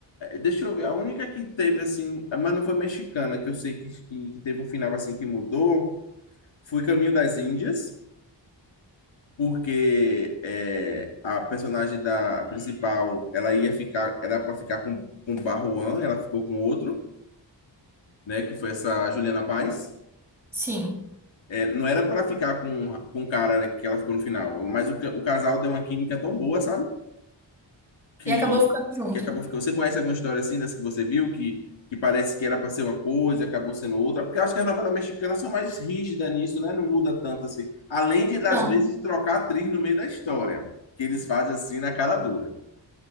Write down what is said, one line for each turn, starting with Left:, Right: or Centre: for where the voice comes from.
Left: Deixa eu ver, a única que teve assim, mas não foi mexicana, que eu sei que, que, que teve um final assim que mudou, foi Caminho das Índias, porque é, a personagem da principal, ela ia ficar, era para ficar com com Barruan, ela ficou com outro, né, que foi essa Juliana Paz.
Centre: Sim.
Left: É, não era para ficar com com o cara que ela ficou no final, mas o, ca- o casal deu uma química tão boa, sabe? Que
Centre: E acabou ficando junto.
Left: que acabou ficando. Você conhece alguma história assim dessa que você viu que que parece que era para ser uma coisa e acabou sendo outra? Porque eu acho que as novelas mexicanas são mais rígidas nisso, né? Não muda tanto assim. Além de,
Centre: Não.
Left: às vezes, de trocar atriz no meio da história, que eles fazem assim na cara dura.